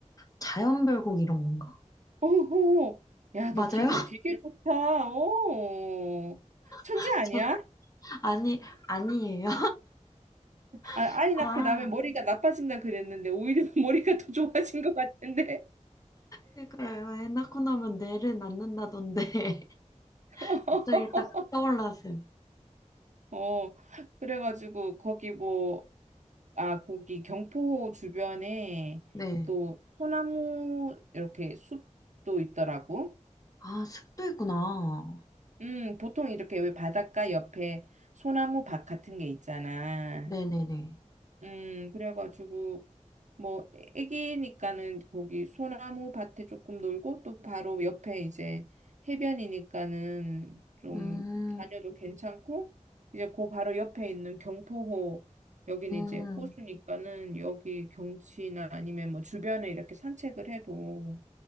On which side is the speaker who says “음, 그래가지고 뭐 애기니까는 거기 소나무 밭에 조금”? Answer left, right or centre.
Right